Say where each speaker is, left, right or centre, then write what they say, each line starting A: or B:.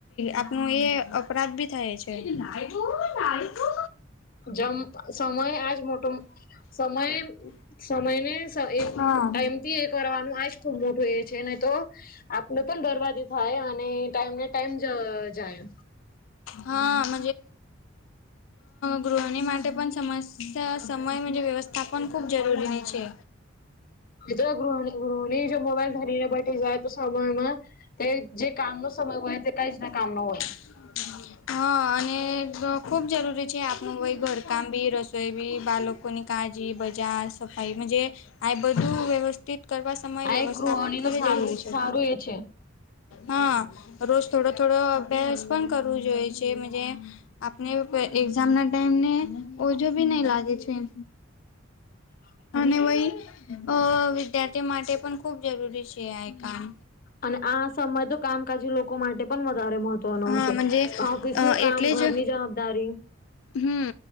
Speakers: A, on the left (about 80°); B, on the left (about 45°).
A: આપણ એ અપરાધ બી થાય છે. એજ ના ના
B: જમ સમય આજ મોટો સમય સમય ને એ ટાઈમ
A: હા
B: થી એ કરવાનું આ ખૂબ મોટું એ છે નહી તો આપણ પણ દરવાજો થાય અને ટાઈમ ને ટાઈમ જાય.
A: હાજ ગૃહણી માટે પણ સમ સમય વ્યવસ્થા પણન ખૂબ જરૂરીની છે.
B: એ તો ગૃહ ગૃહણી જો મોબાઈલ ધરીને બેઠી જાય તો સામાણ માં તે જે કામનો સમય હોય તે કઈ જ ના કામ ન હોય.
A: હમ હા અને ખુબ જરૂરી છે આપણું ભઈ ઘરકામ બી રસોઈ બી બાલોકો કોની કાળજી બજાર સફાાઈજ આ બધું વ્યવસ્થિત કરવા સમય
B: આ
A: વ્યવસ્થા
B: એક ગૃહણી
A: પણ ખરી
B: ન સારું
A: જરૂરી છે.
B: સારું એ છે
A: હા રોજ થોડો થોડો અભ્યાસ પણ કરવો જોઈએ છેજ આપણે એક્ઝામ ના ટાઈમ ને ઓજો બી નહી લાગે છે.
B: <inaudible>
A: અને વય અ વિદ્યાર્થી માટે પણ ખૂબ જરૂરી છે આ એ કામ
B: અને આ સમય તો કામકાજી લોકો માટે પણ વધારે મહત્ નો
A: હા
B: છે ઓફિસ
A: અ
B: નું કામ
A: એટલે
B: ઘરની
A: જ
B: જવાબદારી
A: હમ